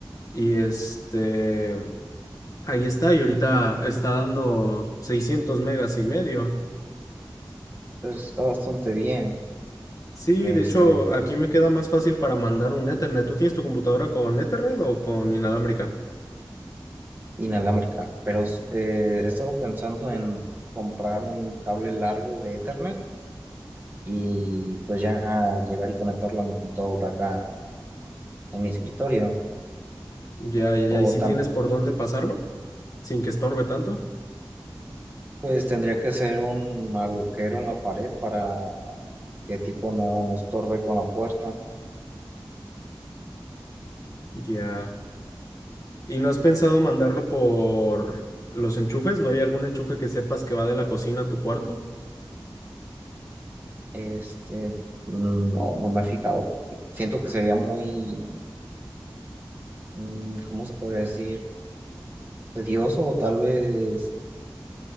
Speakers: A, on the left; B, on the right.
A: Y este, ahí está, y ahorita está dando 600 megas y medio.
B: Pues está bastante bien.
A: Sí,
B: este,
A: de hecho, aquí me queda más fácil para mandar un Ethernet. ¿Tú tienes tu computadora con Ethernet o con inalámbrica?
B: inalámbrica, pero eh, he estado pensando en comprar un cable largo de Ethernet y pues ya llegar y conectarlo a mi computadora acá en mi escritorio.
A: Ya, ya,
B: O
A: y si
B: tam-
A: tienes por dónde pasarlo, sin que estorbe tanto.
B: pues tendría que ser un agujero en la pared para que tipo no, no estorbe con la puerta.
A: Ya. ¿Y no has pensado mandarlo por los enchufes? ¿No hay algún enchufe que sepas que va de la cocina a tu cuarto?
B: Este, mm, no, no me he fijado. Siento que sería muy, mm, ¿cómo se podría decir? Tedioso o tal vez